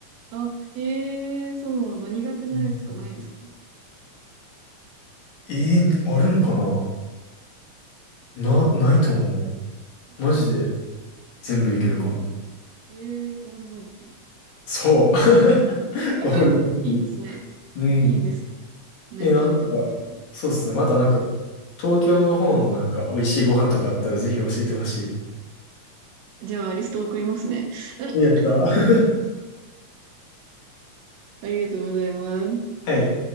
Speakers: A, on the right; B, on the left.
A: あ、ええーそうなんだ。苦手なやつとかないんですか
B: うんえー、あるんかなな、ないと思う。
A: ええー
B: マジで全部いけるかも。
A: そうなんだ。ええーオールマイティー。
B: そう。<laughs> <laughs>
A: <laughs>
B: オールマイティ
A: いいですね。
B: うん。
A: いいですね。何食べてもいい。
B: え、なんか、そうっすね。またなんか、東京の方のなんか、美味しいご飯とかあったらぜひ教えてほし
A: じゃあ、リスト送りますね。<laughs>
B: い。やった。<laughs>
A: ありがとうございます。
B: はい。